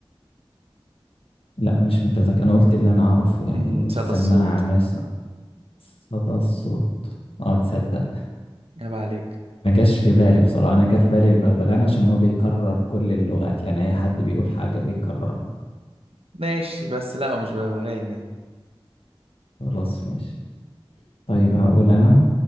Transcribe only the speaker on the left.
لا مش متذكر انا قلت اللي انا اعرفه يعني
السماعة
مثلا صدى الصوت اه تصدق
ما جاش في بالي بصراحة أنا جا في بالي البغبغان عشان هو بيكرر كل اللغات يعني أي حد بيقول حاجة بيكررها
خلاص ماشي طيب
هقول أنا